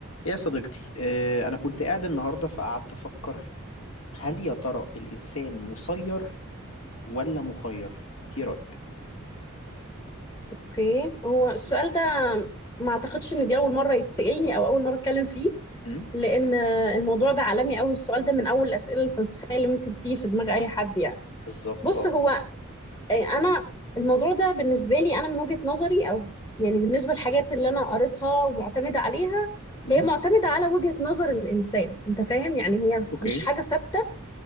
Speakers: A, on the left (about 75°); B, on the left (about 20°).
A: يا صديقتي آه، أنا كنت قاعد النهاردة فقعدت أفكر هل يا ترى الإنسان مسير ولا مخير؟ إنت إيه رأيك؟
B: اوكي هو السؤال ده ما اعتقدش ان دي اول مره يتسالني او اول مره اتكلم فيه
A: أمم
B: لان الموضوع ده عالمي قوي السؤال ده من اول الاسئله الفلسفيه اللي ممكن تيجي في دماغ اي حد يعني
A: بالظبط
B: بص
A: أه
B: هو آه، انا الموضوع ده بالنسبه لي انا من وجهه نظري او يعني بالنسبه للحاجات اللي انا قريتها ومعتمده عليها
A: أمم
B: هي معتمده على وجهه نظر الانسان انت فاهم يعني هي
A: أوكي
B: مش حاجه ثابته